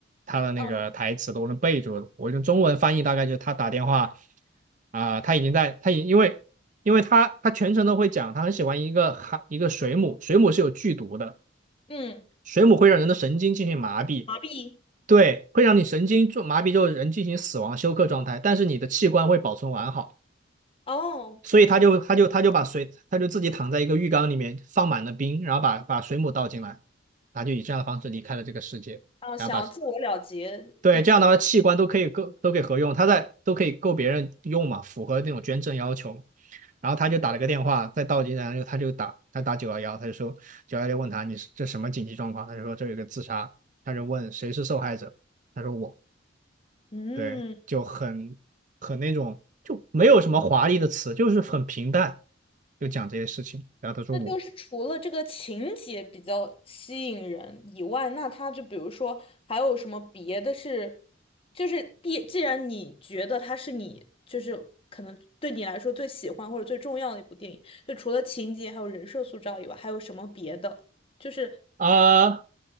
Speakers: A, on the right; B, on the left.
A: 他的那个台词都能背住，
B: 嗯
A: 我用中文翻译大概就是他打电话啊、他已经在他已因为因为他他全程都会讲，他很喜欢一个海一个水母，水母是有剧毒的，
B: 嗯，
A: 水母会让人的神经进行麻痹，
B: 麻痹
A: 对，会让你神经做麻痹之后，就是人进行死亡休克状态，但是你的器官会保存完好，
B: 哦，
A: 所以他就他就他就把水，他就自己躺在一个浴缸里面放满了冰，然后把把水母倒进来，他就以这样的方式离开了这个世界，
B: 啊，
A: 然后把
B: 想要自我了结，
A: 对这样的话器官都可以够都可以合用，
B: 以致
A: 他在都可以够别人用嘛，符合那种捐赠要求然后他就打了个电话，在进来，然后他就打他打九幺幺，他就说九幺幺问他你是这什么紧急状况，他就说这有一个自杀，他就问谁是受害者，他说我。
B: 嗯。
A: 对，就很很那种，就没有什么华丽的词，就是很平淡，就讲这些事情。然后他说我
B: 那就是除了这个情节比较吸引人以外，那它就比如说还有什么别的是，就是必既然你觉得它是你就是可能对你来说最喜欢或者最重要的一部电影，就除了情节还有人设塑造以外，还有什么别的？就是
A: 啊，